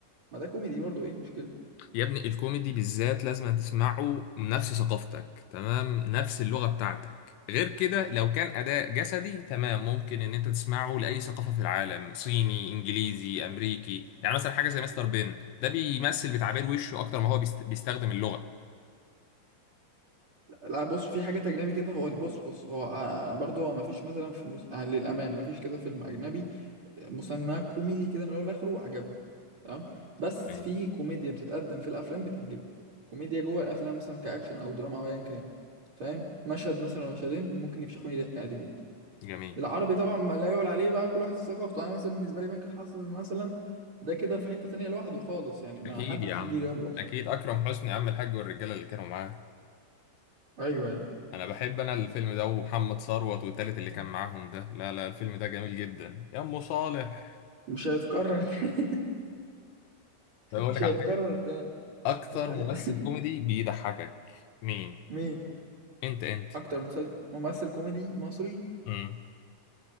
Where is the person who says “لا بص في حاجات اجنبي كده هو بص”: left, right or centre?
Right